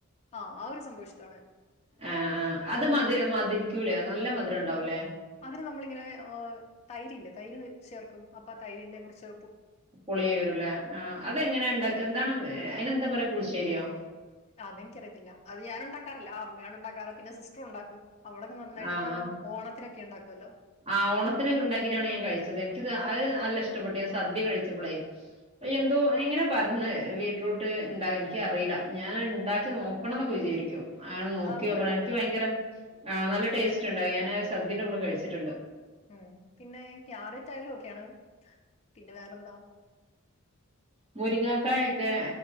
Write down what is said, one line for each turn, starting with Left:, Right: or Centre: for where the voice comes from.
Left: ആഹ് ആ ഒരു സംഭവം ഇഷ്ടമാണ്
Right: ആ അത് മതി മതിരിക്കൂലെ നല്ല മധുരം ണ്ടാവൂലെ
Left: അതിന് നമ്മളിങ്ങനെ ഓ തൈര്ഇല്ലെ തൈര് ചേർക്കും അപ്പൊ തൈരിന്റെ കൊറച്ച്
Right: പുളി വരുലെ ആ അതെങ്ങനെ ണ്ടാക്ക എന്താണ് മ് എ അയിന് എന്താ പറിയ പുളിശ്ശേ ശെരിയോ
Left: അത് എനിക്കറിയത്തില്ല അത് ഞാൻ ഉണ്ടാക്കാറില്ല ആ അമ്മയാണ് ഉണ്ടാക്കാറ് പിന്നെ സിസ്റ്റർ ഉണ്ടാക്കും അവളൊക്കെ നന്നായിട്ട്
Right: ആ
Left: ഹ്
Right: ആ
Left: ഓണത്തിനൊക്കെണ്ടാക്കുല്ലോ
Right: ആ ഓണത്തിന് ഇണ്ടാക്കിട്ടാണ് ഞാൻ കഴിച്ചത് എനിക്ക്ത് അത് നല്ല ഇഷ്ടപ്പെട്ട് ഞാൻ സദ്യ കഴിച്ചപ്പളെ
Left: അതെ
Right: എന്തോ എങ്ങനെ പറഞ്ഞേ വീട്ട്രൂട്ട് ണ്ടാക്കൻ ന്ക്കി അറീല ഞാൻ ണ്ടാക്കി നോക്കണംന്നൊക്കെ വിചാരിക്കും അനെ നോക്കിയോക്കണം
Left: അത് നല്ലതാണ്
Right: എനിക്ക് ഭയങ്കര ആ നല്ല ടെസ്റ്റ്‌ ണ്ടാവും ഞൻ അത്‌ സദ്യന്റെ കൂടെ കഴി ച്ചിട്ടുണ്ട്
Left: മ് പിന്നെ ഈ ക്യാരറ്റ് ആയാലും ഓക്കെയാണ് പിന്നെ വേറെന്താ
Right: മുരിങ്ങക്കായൊക്കെ